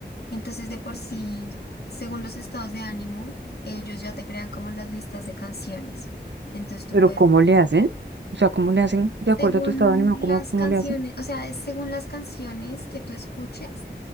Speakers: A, on the left; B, on the right.
A: Entonces, de por sí, según los estados de ánimo, ellos ya te crean como las listas de canciones. Entonces tú
B: Pero
A: puedes,
B: ¿cómo le hacen? O sea, ¿cómo le hacen de acuerdo
A: según
B: a tu estado de ánimo?
A: las
B: ¿Cómo, cómo
A: canciones,
B: le hacen?
A: o sea, según las canciones que tú escuches.